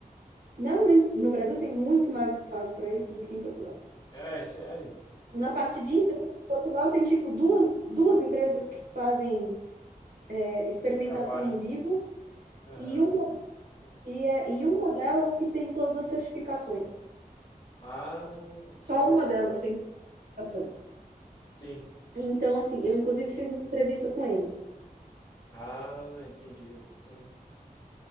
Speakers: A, on the right; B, on the left.
A: não, no, no Brasil tem muito mais espaço para isso do que em Portugal.
B: É, é sério,
A: Na parte de empresas, Portugal tem, tipo, duas, duas empresas que fazem, é, experimentação
B: que trabalham
A: em vivo,
B: com isso. Aham,
A: e uma
B: sim.
A: E, é, e uma delas que tem todas as certificações.
B: Ah,
A: Só
B: olha
A: uma
B: só.
A: delas tem certificações.
B: Sim,
A: Então, assim,
B: que
A: eu inclusive fiz uma
B: coisa.
A: entrevista com eles.
B: Ah, entendi. Sim,